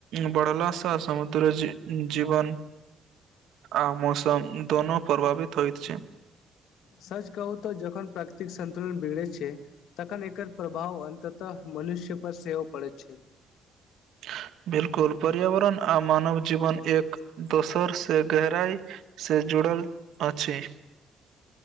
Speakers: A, on the right; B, on the left.
A: बढ़ला से समुद्र ज जीवन आ मौसम दोनो प्रभावित होइत छै
B: सच कहू तऽ जखन प्राकृतिक संन्तुलन बिगड़े छै तखन एकर प्रभाव अन्ततः मनुष्य पर सेहो पड़ैए छै
A: <inaudible> बिल्कुल पर्यावरण आ मानव जीवन एक दोसर से गहराई से जुड़ जुड़ल अछि